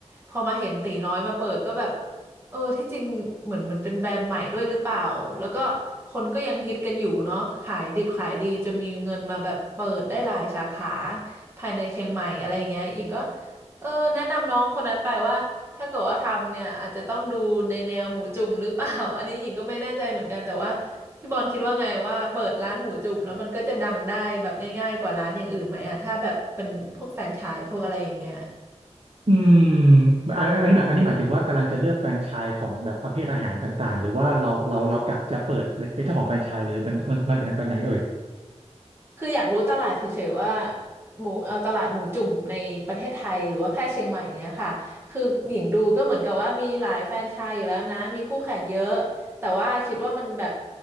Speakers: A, on the right (about 20°); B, on the right (about 55°).
A: พอมาเห็นตีน้อยมาเปิดก็แบบ เออที่จริงเหมือนมันเป็นแบรนด์ใหม่ด้วยหรือเปล่าแล้วก็คนก็ยังฮิตกันอยู่เนาะขายดิบขายดีจนมีเงินมาแบบเปิดได้หลายสาขาภายในเชียงใหม่อะไรอย่างเงี้ยอิงก็เออแนะนำน้องคนนั้นไปว่าถ้าเกิดว่าทำเนี่ยอาจจะต้องดูในแนวหมูจุ่มหรือเปล่า <laughs> อันนี้หญิงก็ไม่แน่ใจเหมือนกันแต่ว่าพี่บอลคิดว่าไงว่าเปิดร้านหมูจุ่มแล้วมันก็จะดังได้แบบง่ายๆกว่าร้านอย่างอื่นไหมอะถ้าแบบเป็นพวกแฟรนไชส์พวกอะไรอย่างเงี้ย
B: อืมอันอันนี้หมายอันนี้หมายถึงว่ากำลังจะเลือกแฟรนไชส์ของแบบประเภทอาหารต่างๆหรือว่าเราเราเรากะจะเปิดเป็นเป็นเจ้าของแฟรนไชส์เลยมันมันมันแบบแบบไหนเอ่ย
A: คืออยากรู้ตลาดเฉยๆว่าหมูเอ่อตลาดหมูจุ่มในประเทศไทยหรือว่าแค่เชียงใหม่อย่างเงี้ยค่ะคือหญิงดูก็เหมือนกับว่ามีหลายแฟรนไชส์อยู่แล้วนะมีคู่แข่งเยอะแต่ว่าคิดว่ามันแบบ